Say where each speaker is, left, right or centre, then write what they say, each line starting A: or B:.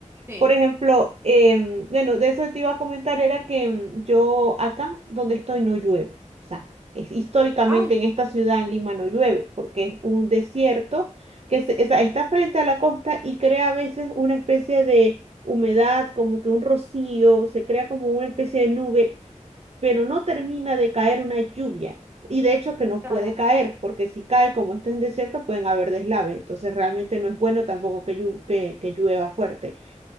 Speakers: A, on the right (about 20°); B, on the right (about 55°).
A: sí.
B: por ejemplo, em, bueno, de eso te iba a comentar, era que em, yo acá donde estoy no llueve. O sea, es- históricamente
A: Ay,
B: en esta ciudad, en Lima, no llueve, porque es un desierto que se- o sea, está frente a la costa y crea a veces una especie de humedad, como que un rocío, se crea como una especie de nube, pero no termina de caer una lluvia. Y de hecho que no
A: claro,
B: puede caer, porque si cae, como esto es en desierto, pueden haber deslaves. Entonces realmente no es bueno tampoco que llu- que que llueva fuerte.